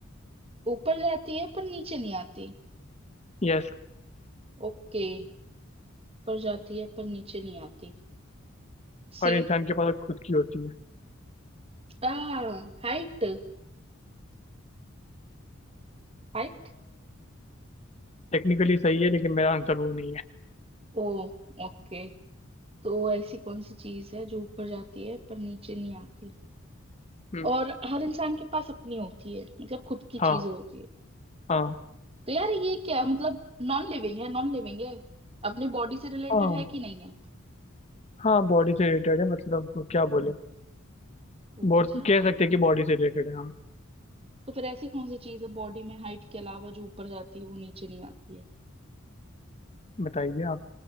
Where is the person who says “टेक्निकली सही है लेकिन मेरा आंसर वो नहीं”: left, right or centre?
Left